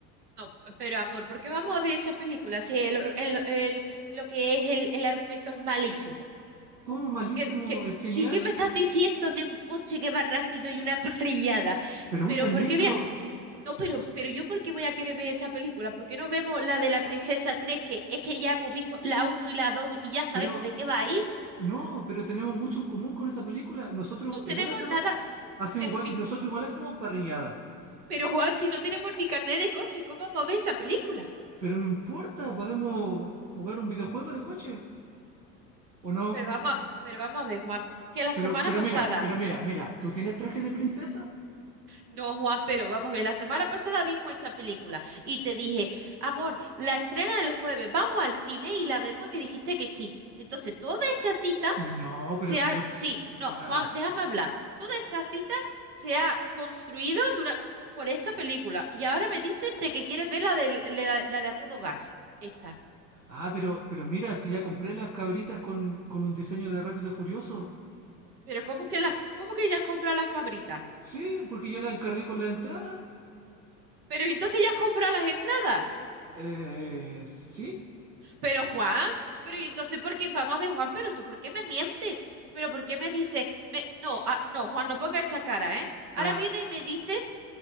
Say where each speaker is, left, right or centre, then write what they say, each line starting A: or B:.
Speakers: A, on the right (about 65°); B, on the right (about 85°).
A: No, pero amor, ¿por qué vamos a ver esa película si el, el- el- lo que es el, el argumento es malísimo?
B: ¿Cómo malísimo?
A: Que, que,
B: Es genial.
A: sí que me estás diciendo de un coche que va rápido y una <laughs> parrillada,
B: Pero
A: pero
B: usan
A: ¿por
B: nitro.
A: qué, voy No, pero,
B: us-
A: pero yo ¿por qué voy a querer ver esa película? ¿Por qué no vemos la de la princesa tres Que es que ya hemos visto la uno y la 2 y ya sabemos
B: pero
A: de qué va a ir.
B: no, pero tenemos mucho en común con esa película. Nosotros
A: No tenemos
B: igual hacemos,
A: nada,
B: hacemos
A: pero
B: igual-
A: si,
B: y nosotros igual hacemos parrillada.
A: pero Juan, si no tenemos ni carnet de coche, ¿cómo vamos a ver esa película?
B: Pero no importa, podemos jugar un videojuego de coche o no.
A: Pero vamos, a- pero vamos a ver, Juan, que la semana
B: Pero, pero
A: pasada
B: mira, pero mira, mira, ¿tú tienes traje de princesa?
A: No, Juan, pero vamos a ver, la semana pasada vimos esta película y te dije, amor, la estrena el jueves, vamos al cine y la vemos y me dijiste que sí. Entonces, toda esta cita
B: No,
A: se
B: pero es que
A: ha...
B: yo.
A: Sí,
B: eh, eh,
A: no,
B: ah,
A: Juan, déjame hablar. Toda esta cita se ha construido dura- por esta película y ahora me dicen de que quieres ver la de, la, la de A Todo Gas, esta.
B: ah, pero, pero mira, si ya compré las cabritas con, con un diseño de Rápido y Furioso.
A: Pero ¿cómo que las, cómo que ya has comprado las cabritas?
B: Sí, porque ya las encargué con la entrada.
A: Pero ¿y entonces ya has comprado las entradas.
B: Eh, sí.
A: Pero Juan, pero y entonces, ¿por qué? Vamos a ver, Juan, pero tú, ¿por qué me mientes? ¿Pero por qué me dice? Me... No, ah, no, Juan, no ponga esa cara, ¿eh? Ahora
B: Ah,
A: viene y me dice,